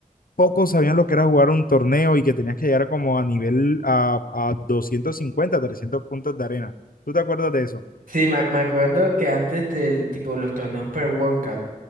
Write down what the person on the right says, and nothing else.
Sí, me, me acuerdo que antes del, tipo, los torneos per World Cup,